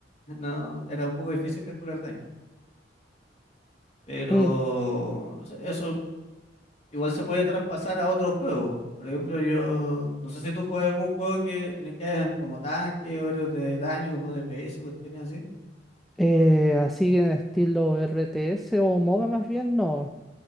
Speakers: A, on the left; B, in the centre.
A: <laughs> No, era un poco difícil calcular daño. Pero
B: Mm,
A: eso Igual se puede traspasar a otros juegos. Por ejemplo, yo no sé si tú juegas algún juego que en el que hayan como tanque o héroes de daño, como DPS, cuestiones así.
B: eh, así en estilo RTS o MOBA más bien, no.